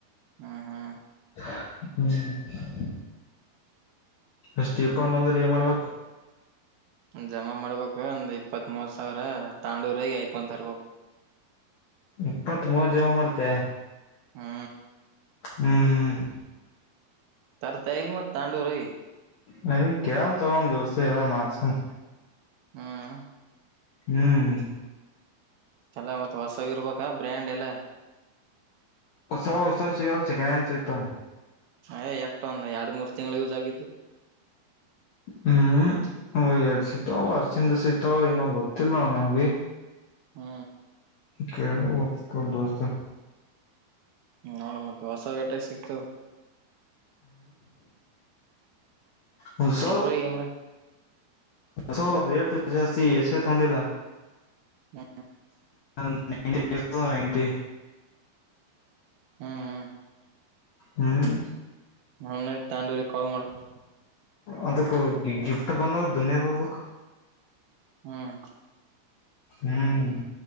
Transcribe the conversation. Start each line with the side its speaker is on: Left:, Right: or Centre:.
Right: ಹಾ ಹಾ
Left: ಹ್ಮ್ ಎಷ್ಟಪ್ ಬಂದರೆ ಏನ್ ಮಾಡ್ಬೇಕ
Right: ಜಮಾ ಮಾಡ್ಬೇಕು ಒಂದ್ ಇಪ್ಪತ್ತ ಮೂವತ್ತು ಸಾವಿರ ತಾಂಡೂರಾಗೆ ಯಕೊಂತರ್ಬೇಕು
Left: ಇಪ್ಪತ್ ಮೂವತ್ ಜನ ಮಾಡ್ತೆೇ
Right: ಹ್ಮ
Left: ಹ್ಮ್ ಹ್ಮ್
Right: ತರ್ತೆ ಇಲ್ಲ ಮತ್ ತಾಂಡೂರುಾಗಿ
Left: ನಾ ಕೆಳಲ್ಲತೊಗೊವು ದೋಸ್ತ ಅದನ್ನ ಮಾಡಾಸಮ
Right: ಹ್ಮ್
Left: ಹ್ಮ್
Right: ಚಲೋ ಮತ್ತ ಹೊಸ್ತಾಗಿ ಇರಬೇಕಾ ಬ್ರ್ಯಾಂಡ್ ಎಲ್ಲ
Left: ಹೊಸ ಹೊಸ ಸಿಗಲ್ ಸೆಕೆಂಡ್ ಹ್ಯಾಂಡ್ ಸಿಗ್ತವ
Right: ಅಯ ಎಟ್ಟ ಒಂದು ಎರಡು ಮೂರು ತಿಂಗಳು ಯೂಸ್ ಆಗಿದ್ದು
Left: ಹ್ಮ್ ಹ ಎಡ್ ಸಿಗ್ತಾವ ವರ್ಷಿಂದ ಸಿಗ್ತಾವ ಏನೋ ಗೊತ್ತಿಲ್ಲ ನಂಗ ಭೀ
Right: ಹ್ಮ
Left: ಕೇಳು ಒಪ್ಪುತನ್ ದೋಸ್ತ
Right: ಹ್ಮ ನೋಡ ಮತ್ತ ಹೊಸ ವೇಟ ಸಿಗ್ತವ್
Left: ಹೂಂ ಹೋಸ್
Right: ಕ್ಯಾಮ್ರಾ ಗಿಮ್ರಾ
Left: ಹೊಸೊವು ರೇಟ್ ಜಾಸ್ತಿ ಎಷ್ಟೇ ಸೆಲೆ ತಗೊಂಡಿಲ್ಲ
Right: ಹ್ಮ
Left: ನೈಂಟಿ ನೈಂಟಿ
Right: ಹ್ಮ್ ಹ್ಮ
Left: ಹ್ಮ್
Right: ಹೋಮನಡಿ ತಾಂಡೂರಿಗೆ ಕಳು ಮಾಡಮ್
Left: ಅದಕ್ಕ ಗಿಫ್ಟ್ ಬಂದ ದುನಿಯದ ಅದಕು
Right: ಹ್ಮ್
Left: ಹ್ಮ್